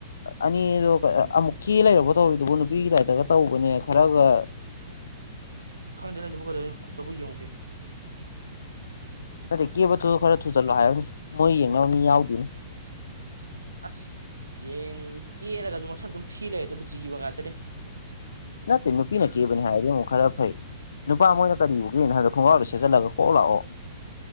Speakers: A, on the left; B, on the right.
A: ꯑꯅꯤꯗꯣ ꯑꯃꯨꯛꯀꯤ ꯂꯩꯔꯛꯄ ꯇꯧꯔꯤꯗꯨꯕꯨ ꯅꯨꯄꯤꯒꯤꯗ ꯇꯒ ꯇꯧꯕꯅꯦ ꯈꯔꯒ
B: ꯈꯪꯗꯦꯅꯖꯤꯕꯨ ꯀꯗꯇꯣꯕꯨ ꯌꯧꯒꯦ
A: ꯅꯠꯇꯦ ꯀꯦꯕꯇ ꯈꯔ ꯊꯨꯖꯜꯂꯣ ꯍꯥꯏꯨꯅꯤ ꯃꯣꯏ ꯌꯦꯡꯅꯕ ꯃꯤ ꯌꯥꯎꯗꯦꯅꯤ
B: ꯑꯁ ꯌꯦꯡ ꯀꯦꯔꯒꯁꯨ ꯃꯁꯛ ꯑꯗꯨꯝ ꯊꯤ ꯂꯩꯦ ꯑꯗꯨꯕꯨ ꯖꯤꯕ ꯉꯥꯛꯇꯅꯦ
A: ꯅ ꯇ ꯅꯨꯄꯤꯤ ꯅꯅꯥ ꯀꯦꯕꯅꯤ ꯍꯥꯏꯔꯦꯃ ꯈꯔ ꯐꯩ ꯅꯨꯄꯥ ꯃꯣꯏꯅ ꯀꯔꯤꯔꯤꯕ ꯎꯒꯦꯅꯣ ꯍꯥꯏꯕꯗꯣ ꯈꯣꯡꯒꯥꯥꯎꯗꯣ ꯁꯦꯠꯆꯜꯂꯒ ꯀꯣꯛ ꯂꯥꯛꯑꯣ